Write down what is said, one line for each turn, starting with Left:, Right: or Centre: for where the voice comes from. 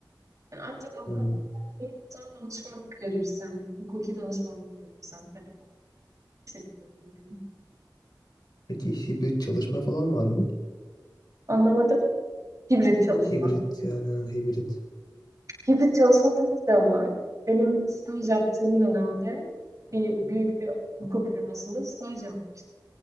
Right: Yani ancak avukatlık
Left: Hı.
Right: yapmayıp da danışmanlık verirsen, hukuki danışmanlık verirsen telefon bu şekilde mümkün.
Left: Peki hibrit çalışma falan var mı?
Right: Anlamadım. Hibrit çalışma.
Left: Hibrit yani ha, hibrit.
Right: Hibrit çalışma tabii ki de var. Benim staj yaptığım dönemde bir büyük bir hukuk firmasında staj yapmıştım.